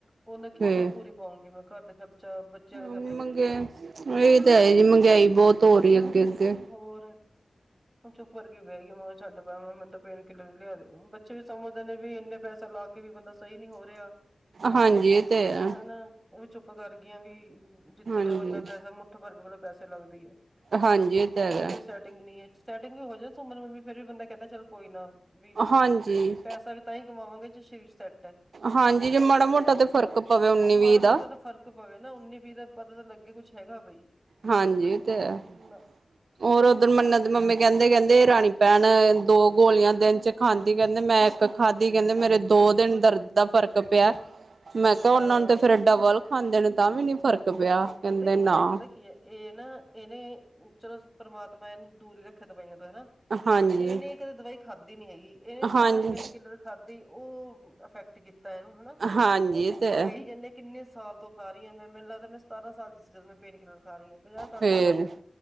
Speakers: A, on the right; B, on the right.
A: ਉਹਨੇ ਕਿੱਥੋਂ
B: ਫੇਰ
A: ਪੂਰੀ ਪਾਊਂਗੀ ਮੈਂ ਘਰ ਦਾ ਖਰਚਾ ਬੱਚਿਆਂ ਦਾ
B: ਕੰਮ
A: ਖਰਚਾ ਕਿੱਥੋਂ
B: ਮੰਗਿਆ
A: ਕਰੂੰਗੀ
B: ਇਹਹੀ ਤਾਂ ਹੈ ਜੀ ਮਹਿੰਗਾਈ ਬਹੁਤ ਹੋ ਰਹੀ ਐ ਅਗੇ ਅਗੇ
A: ਹੋਰ ਹੁਣ ਚੁੱਪ ਕਰ ਕੇ ਬਹਿ ਗਈ ਮੈਂ ਕਿਹਾ ਛੱਡ ਪਰਾਂ ਮਨੂੰ ਤਾ ਪੇਨ ਕਿਲਰ ਹੀ ਲਿਆ ਦੇ ਬੱਚੇ ਵੀ ਸਮਝਦੇ ਨੇ ਵੀ ਇਨੇ ਪੈਸਾ ਲਾ ਕੇ ਵੀ ਬੰਦਾ ਸਹੀ ਨਹੀ ਹੋ ਰਿਹਾ
B: ਹਾਂਜੀ ਇਹ ਤੇ ਹੈ
A: ਹੈਨਾ ਉਹ ਚੁੱਪ ਕਰਗਆਂ ਵੀ ਜਿਥੇ
B: ਹਾਂਜੀ
A: ਜਾਓ ਇਨਾ ਪੈਸਾ ਮੁੱਠ ਵਰਗ ਵੱਲੋਂ ਪੈਸੇ ਲੱਗਦੇ ਹੈ
B: ਹਾਂਜੀ ਇਹ ਤਾਂ
A: ਫਿਰ
B: ਹੈਗਾ
A: ਵੀ ਸੈਟ ਕਿੰਨੀਆਂ ਚ ਸੈਟਿੰਗ ਵੀ ਹੋ ਜਾਣੀ ਸੁਮਨ ਦੀ ਮੰਮੀ ਫੇਰ ਵੀ ਬੰਦਾ ਕਹਿਦਾ ਚਲ ਕੋਈ ਨਾ ਵੀ
B: ਹਾਂਜੀ
A: ਪੈਸਾ ਵੀ ਤਾਂ ਹੀ ਕਮਾਵਾਂ ਜੇ ਸ਼ਰੀਰ ਸੈਟ
B: ਹਾਂਜੀ ਜੇ ਮਾੜਾ ਮੋਟਾ ਤੇ ਫ਼ਰਕ ਪਵੇ ਉੱਨੀ ਵੀਹ
A: ਮਾੜਾ
B: ਦਾ
A: ਮੋਟਾ ਤਾਂ ਫ਼ਰਕ ਪਵੇ ਨਾ ਉੱਨੀ ਵੀਹ ਦਾ ਪਤਾ ਤਾਂ ਲੱਗੇ ਕੁਛ ਹੈਗਾ ਬਈ
B: ਹਾਂਜੀ ਓ ਤੇਹੈ
A: ਨਾ
B: ਹੋਰ ਉਧਰ ਮੰਨਤ ਦੀ ਮੰਮੀ ਕਹਿਦੇ ਕਹਿਦੇ ਰਾਣੀ ਪੈਣ ਦੋ ਗੋਲੀਆਂ ਦਿਨ 'ਚ ਖਾਂਦੀ ਕਹਿਦੇ ਮੈ ਇਕ ਖਾਧੀ ਕਹਿਦੇ ਮੇਰੇ ਦੋ
A: ਹੋਰ
B: ਦਿਨ ਦਰਦ ਦਾ ਫਰਕ ਪਿਆ ਮੈਂ ਕਿਹਾ
A: ਹਾਂ
B: ਉਹਨਾ ਨੂੰ ਤੇ ਫੇਰ ਡਬਲ ਖਾਂਦੇ ਨੇ ਤਾਂ ਵੀ ਨੀ ਫ਼ਰਕ ਪਿਆ ਕਹਿੰਦੇ
A: ਪਤਾ ਕੀ
B: ਨਾ
A: ਹੈ। ਪਤਾ ਕੀ- ਕੀ ਹੈ। ਇਹ ਨਾ ਇਹਨੇ ਚਲੋ ਪਰਮਾਤਮਾ ਇਹਨੂੰ ਦੂਰ ਹੀ ਰਖਿਆ ਦਵਾਈਆਂ ਤੋ ਹੈਨਾ
B: ਹਾਂਜੀ,
A: ਇਹਨੇ ਕਦੇ ਦਵਾਈ ਖਾਧੀ ਨੀ ਹੈਗੀ ਇਹਨੇ
B: ਹਾਂਜੀ,
A: ਮਸਾਂ ਪੈਣ ਕਿੱਲਰ ਖਾਧੀ ਓ ਅਫੈਕਟ ਕੀਤਾ ਏਨੂ ਹੈਨਾ
B: ਹਾਂਜੀ
A: ਓ ਅਸੀ
B: ਤੇ
A: ਖਾਈ ਜਾਨੇ ਕਿੰਨੇ ਸਾਲ ਤੋਂ ਖਾ ਰੀਆਂ ਮੈਂ, ਮੈਂਨ ਲਗਦਾ ਮੈਂ ਸਤਾਰਾਂ ਸਾਲ ਦੀ ਸੀ ਜਦ ਮੈਂ ਪੇਨ ਕਿਲਰ ਖਾਰੀ ਆਂ ਪੰਜ੍ਹਾ ਸਾਲ
B: ਫੇਰ
A: ਦੀ ਉਮਰ ਹੋ ਗੀ,